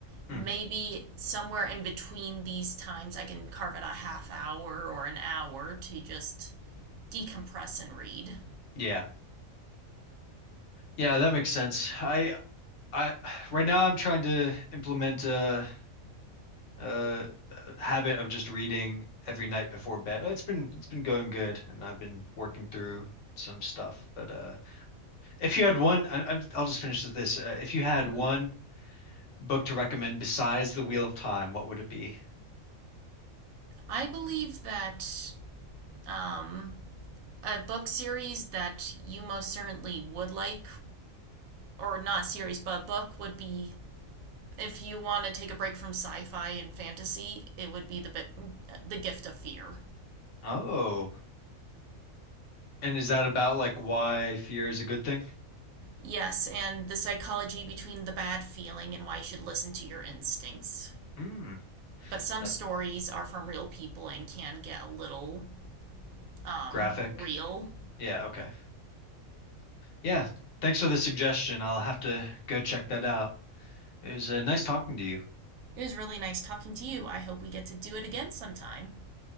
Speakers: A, on the right; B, on the left.
A: Maybe
B: mm,
A: somewhere in between these times, I can carve out a half hour or an hour to just decompress and read.
B: yeah. Yeah, that makes sense. I I right now I'm trying to implement a, a, a habit of just reading every night before bed. It's been it's been going good, and I've been working through some stuff. But uh, if you had one, I, I'm- I'll just finish with this. Uh, if you had
A: Mm-hmm.
B: one book to recommend besides The Wheel of Time, what would it be?
A: I believe that um, a book series that you most certainly would like, or not series, but a book would be if you want to take a break from sci-fi and fantasy, it would be the the Gift of Fear.
B: Oh, and is that about like why fear is a good thing?
A: Yes, and the psychology between the bad feeling and why you should listen to your instincts.
B: Hmm,
A: But some
B: that's
A: stories are from real people and can get a little um,
B: graphic.
A: real.
B: Yeah, okay. Yeah, thanks for the suggestion. I'll have to go check that out. It was uh, nice talking to you.
A: It was really nice talking to you. I hope we get to do it again sometime.